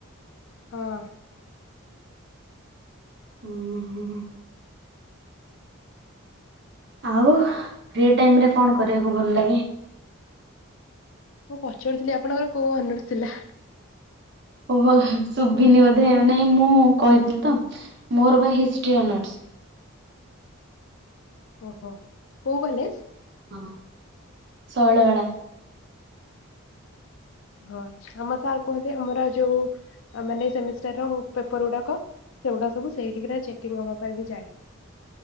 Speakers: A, on the left; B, on the right.
A: ହଁ।
B: ହୁଁ ହୁଁ। ଆଉ ଫ୍ରି ଟାଇମ ରେ କଣ କରିବାକୁ ଭଲ ଲାଗେ?
A: ମୁଁ ପଚାରୁଥିଲି ଆପଣଙ୍କର କୋଉ ଅନରସ ଥିଲା?
B: ଓହୋ ଶୁଭିନି ବୋଧେ ନାଇଁ ମୁଁ କହିଥିଲି ତ ମୋର ବା ହିଷ୍ଟରି ଅନର୍ସ।
A: ଓହୋ କୋଉ କଲେଜ?
B: ହଁ ଶୈଳବାଳା।
A: ହଁ ଆମ ସାର୍ କୁହନ୍ତି ଆମର ଯୋଉ ଅ ମାନେ ସେମିଷ୍ଟାର ର ପେପର ଗୁଡାକ। ସେଗୁଡା ସବୁ ସେଇଠିକି ନା ଚେକିଂ ହବା ପାଇଁ ବି ଯାଏ।